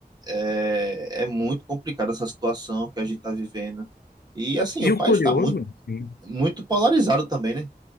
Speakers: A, on the right (about 25°); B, on the left (about 65°).
A: é, é muito complicada essa situação que a gente está vivendo. E, assim,
B: E
A: o país
B: o curioso,
A: está muito,
B: sim.
A: muito polarizado também, né?